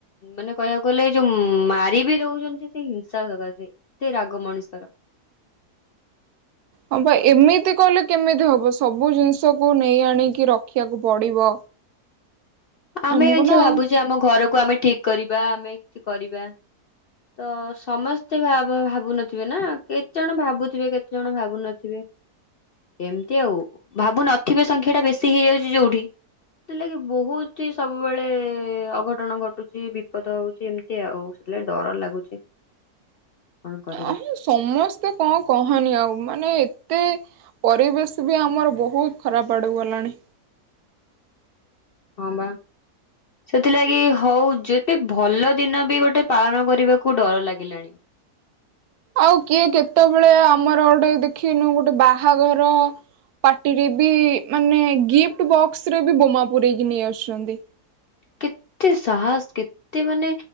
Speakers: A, on the left (about 60°); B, on the right (about 80°).
A: ମାନେ କହିବାକୁ ଗଲେ ଏଇ ଯୋଉ ମାରି ବିି ଦଉଛନ୍ତି ସେ ହିଂସା ସକାସେ। ଏତେ ରାଗ ମଣିଷର।
B: ହଁ, ପା ଏମିତି କଲେ କେମିତି ହବ ସବୁ ଜିନିଷକୁ ନେଇ ଆଣିକି ରଖିବାକୁ ପଡିବ।
A: ଆମେ
B: ଆମକୁ
A: ଏଇଛା
B: ନା
A: ଭାବୁଛେ
B: ଆଉ
A: ଆମ ଘରକୁ ଆମେ ଠିକ କରିବା ଆମେ କିଛି କରିବା ତ ସମସ୍ତେ ଭାବ ଭାବୁନ ଥି ଥିବେ ନା କେତେଜଣ ଭାବୁଥିବେ କେତେଜଣ ଭାବୁ ନଥିବେ। ଏମିତି ଆଉ ଭାବୁନଥିବେ ସଂଖ୍ୟା ଟା ବେଶୀ ହେଇଯାଉଛି ଯୋଉଠି ସେଥିଲାଗି ବହୁତ୍ ଛି ସବୁବେଳେ ଅଘଟଣ ଘଟୁଛି ବିପଦ ହଉଛି ଏମିତି ଆଉ ସେଥିଲାଗି ଡର ଲାଗୁଛି। <inaudible> କଣ କରିବା
B: ଆ ସମସ୍ତେ କଣ କହନି ଆଉ ମାନେ ଏତେ ପରିବେଶ ବି ଆମର ବହୁତ୍ ଖରାପ୍ ଆଡ଼କୁ ଗଲାଣି।
A: ହଁ ବା ସେଥିଲାଗି ହଉ ଯେବେ ଭଲ ଦିନ ବି ଗୋଟେ ପାଳନ କରିବାକୁ ଡର ଲାଗିଲାଣି।
B: ଆଉ କିଏ କେତେବେଳେ ଆମର ଗୋଟେ ଦେଖିନୁ ଗୋଟେ ବାହାଘର ପାର୍ଟିରେ ବି ମାନେ ଗିଫ୍ଟ ବକ୍ସ ରେ ବି ବୋମା ପୁରେଇ କି ନେଇ ଆସୁଛନ୍ତି।
A: କେତେ ସାହସ କେତେ ମାନେ